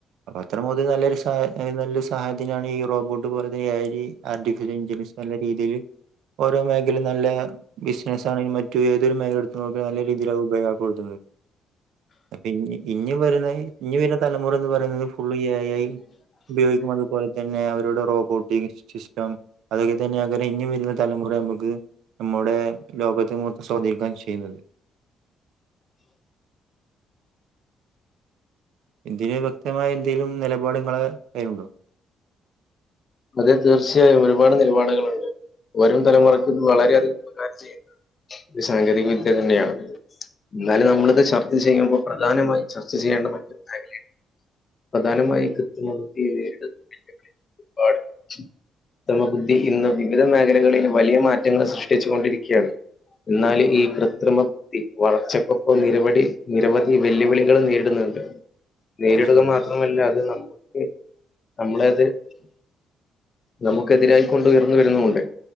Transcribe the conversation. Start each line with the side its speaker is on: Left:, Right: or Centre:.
Right: അപ്പ അത്ര <unintelligible> നല്ലൊരു സാ ഏ നല്ല സഹായത്തിനാണ് ഈ റോബോട്ട് പോലത്തെ എ ഐ ആർട്ടിഫിഷ്യൽ ഇൻന്റലി നല്ല രീതിയില് ഓരോ മേഖലയും നല്ല ബിസിനസ് ആണെങ്കി മറ്റു ഏതൊരു മേഖലെടുത്തു നോക്കിയാലും നല്ല രീതിയിലാണ് അത് ഉപയോഗപ്പെടുത്തുന്നത് അപ്പ ഇഞ്ഞി ഇഞ്ഞും വര്ണ ഇഞ്ഞി വര്ണ തലമുറ എന്ന് പറയുന്നത് ഫുൾ എ ഐ ഉപയോഗിക്കുമ്പം അതുപോലെ തന്നെ അവരുടെ റോബോട്ടിക് സിസ് സ്റ്റം അതുപോലെത്തന്നെ അയ്ക്കാരം ഇഞ്ഞും വരുന്ന തലമുറ നമുക്ക് നമ്മളോ ട് ലോകത്തെ മൊത്തം സ്വാധീനിക്കാൻ ചെയ്യുന്നത് ഇതിന് വ്യക്തമായ എന്തേലും നെലപാട് ഇങ്ങളെ കയ്യിലുണ്ടോ
Left: അതെ തീർച്ചയായും ഒരുപാട് നിലപാടുകളുണ്ട് വരും തലമുറയ്ക്ക് ഇത് വളരെയധികം ഉപകാരം ചെയ്യുന്നൊരു സാങ്കേതിക വിദ്യ തന്നെയാണ് എന്നാലും നമ്മളിത് ചർച്ച ചെയ്യുമ്പോ പ്രധാനമായും ചർച്ച ചെയ്യേണ്ട മറ്റൊരു മേഖലയാണ് പ്രധാനമായും <unintelligible> പാട് കൃത്രിമബുദ്ധി ഇന്ന് വിവിധ മേഖലകളിൽ വലിയ മാറ്റങ്ങൾ സൃഷ്ടിച്ചു കൊണ്ടിരിക്കയാണ് എന്നാല് ഈ കൃത്രിമ ബുദ്ധി വളർച്ചക്കൊപ്പം നിരവടി നിരവധി വെല്ലുവിളികള് നേരിടുന്ന അതെ നേരിടുക
Right: തീർച്ചയായും
Left: മാത്രമല്ല അത് നമ്മക്ക് നമ്മളെയത്- നമുക്കെതിരായി കൊണ്ട് ഉയർന്നു വരുന്നൂണ്ട്